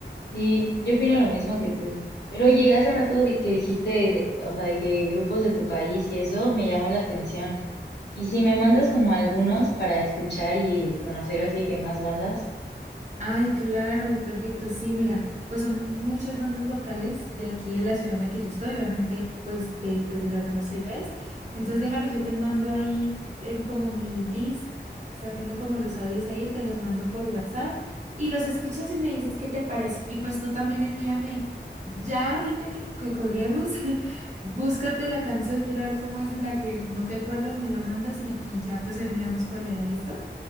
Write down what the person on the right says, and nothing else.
Ay, claro, perfecto. Sí, mira, pues son muchas bandas locales de aquí de la ciudad en la que yo estoy, obviamente, pues de, pues de las demás ciudades. Entonces, déjame, yo te mando ahí em, como mi list, o sea, tengo como los audios ahí, te los mando por WhatsApp y los escuchas y me dices qué te parece. Y pues tú también envíame, ya ahorita que, que colguemos, <laughs> búscate la canción, mira a ver cómo haces la que no te acuerdas, me la mandas y, y ya pues ahí miramos cuál era, ¿listo?